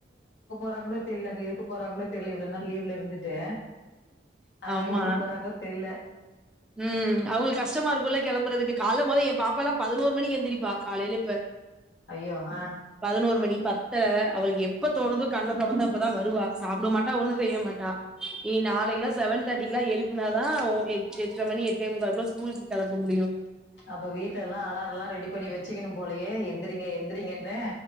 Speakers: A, on the left; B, in the centre.
A: டாங்ளே தெரியில அங்க இருக்கு போறாங்ளோ தெர்ல இவ்ளோ நாள் லீவ்ல இருந்துட்டு அங்க
B: ஆமா.
A: எப்டி போறாங்ளோ தெரில
B: ம் அவுங்குளுக்கு கஸ்ட்டமா இருக்குல்ல களம்றதுக்கு கால்ல மொத ஏ பாப்பாலா பதுனோரு மணிக்கு எந்துரிப்பா காலைல இப்ப
A: ஐயோ ஹ
B: பதுனோரு மணி பத்தர அவளுக்கு எப்ப தோனுதோ கண்ண தொறந்து அப்பதா வருவா சாப்புட மாட்டா ஒன்னு செய்ய மாட்டா நீ நாளைக்குலா செவன் தேர்ட்டிக்லா எழுப்புனாதா ஒ எட் எட்ற மணி எட்டே முக்காலுலுக்லா ஸ்கூல்லுக் களப்ப முடியு
A: அப்ப வீட்லல்லா அலாரலா ரெடி பண்ணி வச்சிக்கிணு போலயே எந்துரிங்க எந்துரிங்கன்னு